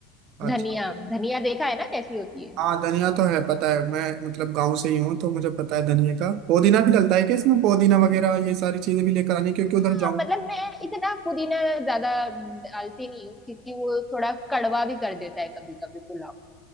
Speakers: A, on the right (about 45°); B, in the centre.
A: अच्छा
B: धनिया धनिया देखा है ना कैसी होती है
A: हाँ धनिया तो है पता है मैं मतलब गांव से ही हूँ तो मुझे पता है धनिया का पुदीना भी डलता है क्या इसमें पुदीना वगैरह ये सारी चीजें भी लेकर आनी क्योंकि
B: हाँ
A: उधर जाऊँ
B: मतलब मैं इतना पुदीना ज्यादा डालती नहीं हूँ क्योंकि वो थोड़ा कड़वा भी कर देता है कभी कभी पुलाव